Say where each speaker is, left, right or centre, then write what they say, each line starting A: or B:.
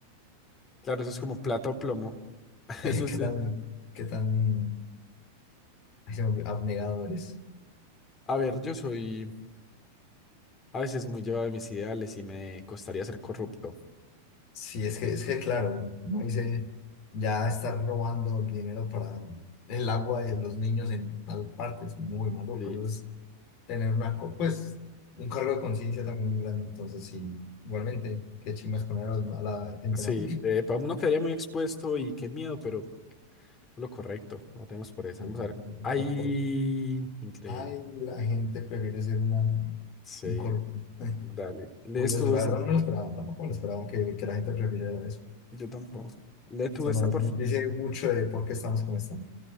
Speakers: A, on the left; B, on the left.
A: claro, eso es como plata o plomo. <laughs>
B: Eh,
A: Eso es,
B: ¿Qué
A: eh,
B: tan, qué tan ay, se me olvidó, abnegado eres?
A: a ver, yo soy a veces muy llevado de mis ideales y me costaría ser corrupto.
B: Sí, es que, es que claro, no hice ya estar robando el dinero para el agua de los niños en tal parte, es muy maluco,
A: Sí,
B: eso es tener una, co- pues, un cargo de conciencia también muy grande. Entonces, sí, igualmente, qué chimbas poner a, los ma- a la gente
A: sí,
B: mala. <laughs>
A: eh, pa- uno quedaría muy expuesto y qué miedo, pero lo correcto. Votemos por esa.
B: Y
A: Vamos
B: el-
A: a ver.
B: el
A: ¡Ay!
B: control por-
A: Increíble.
B: Ay, la gente prefiere ser una, un
A: Sí,
B: corrupto. <laughs>
A: dale. Lees
B: Curioso,
A: tú
B: la
A: esa.
B: verdad no me lo esperaba, tampoco me lo esperaba que, que la gente prefiriera eso.
A: Yo tampoco. Lee tú
B: Eso
A: esa,
B: nos,
A: por
B: nos
A: favor.
B: dice mucho de por qué estamos como estamos.